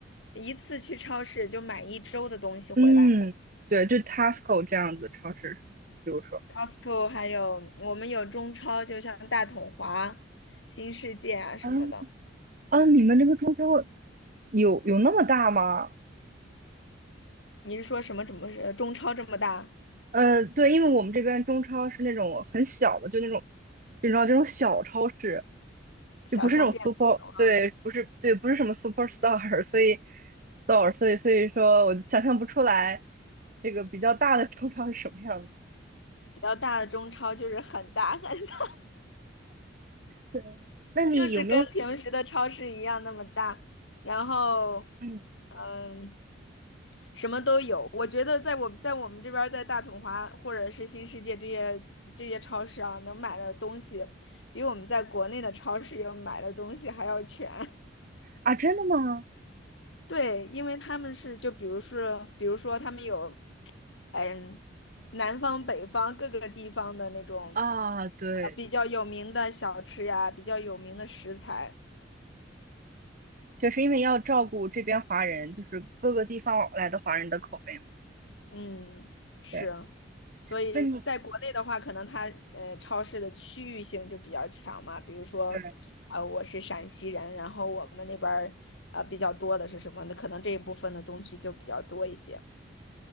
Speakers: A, on the left; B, on the right.
A: 一次去超市就买一周的东西回来。
B: 嗯，对，就 Tesco 这样子超市，比如说，
A: Costco 还有我们有中超，就像大统华、新世界啊什么的。
B: 啊啊，你们这个中超有有那么大吗？
A: 你是说什么？怎么是中超这么大
B: 呃，对，因为我们这边中超是那种很小的，就那种，你知道这种小超市，
A: 小商店那种啊？
B: 就不是那种 super，对，不是，对，不是什么 superstar，所以 store，所以所以说我想象不出来这个比较大的中超是什么样子。
A: 比较大的中超就是很大很大。
B: 对，那你有没有？
A: 就是跟平时的超市一样那么大，然后，
B: 嗯
A: 嗯，什么都有。我觉得在我在我们这边儿，在大统华或者是新世界这些这些超市啊，能买的东西，比我们在国内的超市要买的东西还要全。<laughs>
B: 啊，真的吗？
A: 对，因为他们是就比如是，比如说他们有，嗯，南方、北方各个地方的那种，
B: 啊，对，
A: 呃，比较有名的小吃呀，比较有名的食材。
B: 确实，因为要照顾这边华人，就是各个地方来的华人的口味嘛。
A: 嗯，是，
B: 对，
A: 所以在国内的话，
B: 那你
A: 可能它呃超市的区域性就比较强嘛，比如说，
B: 对
A: 呃，我是陕西人，然后我们那边儿呃比较多的是什么的，可能这一部分的东西就比较多一些。